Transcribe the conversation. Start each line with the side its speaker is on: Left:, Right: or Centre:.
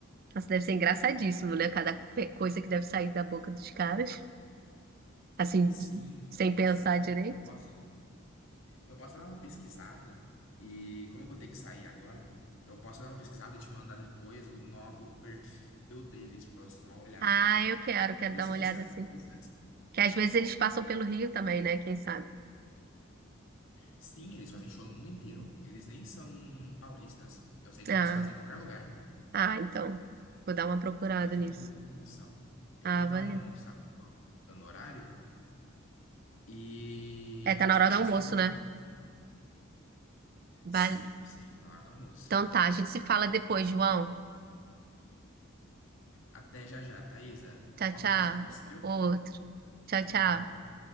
Right: Nossa, deve ser engraçadíssimo, né? Cada pe- coisa que deve sair da boca dos caras, assim,
Left: Sim,
Right: de- sem
Left: eu posso,
Right: pensar direito.
Left: eu posso Eu posso dar uma pesquisada e, como eu vou ter que sair agora, eu posso dar uma pesquisada e te mandar depois o, no- o perfil deles pra você dar uma olhada.
Right: Ah, eu quero, quero
Left: Eles
Right: dar
Left: são
Right: uma olhada
Left: extremamente
Right: assim.
Left: interessantes.
Right: Que às vezes eles passam pelo Rio também, né? Quem sabe?
Left: Sim, eles fazem show no mundo inteiro. Eles nem são paulistas. Eu sei que
Right: Ah,
Left: eles fazem em qualquer lugar,
Right: ah, então. Vou dar uma procurada
Left: mas fica
Right: nisso.
Left: de recomendação. Eu
Right: Ah,
Left: vou dar
Right: valeu.
Left: uma almoçada no horário e
Right: É, tá
Left: eu
Right: na
Left: te
Right: hora
Left: passo
Right: do almoço,
Left: o nome deles.
Right: né? Vale.
Left: Sim, sim, tá na hora do almoço.
Right: Então tá, a gente se fala depois, João.
Left: Até já já, Thaisa.
Right: Tchau,
Left: Um abraço
Right: tchau.
Left: pra você.
Right: Outro. Tchau, tchau.
Left: Tchau.